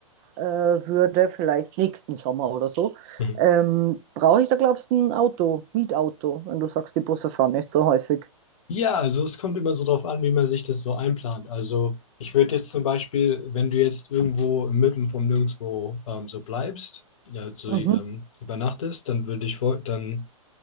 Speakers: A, on the right; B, on the left.
A: äh, würde, vielleicht nächsten Sommer oder so,
B: Mhm.
A: ähm, brauche ich da, glaubst du, ein Auto, Mietauto, wenn du sagst, die Busse fahren nicht so häufig.
B: Ja, also es kommt immer so drauf an, wie man sich das so einplant. Also ich würde jetzt zum Beispiel, wenn du jetzt irgendwo mitten vom Nirgendwo ähm, so bleibst, ja, so
A: Mhm,
B: ähm, übernachtest, dann würde ich vor, dann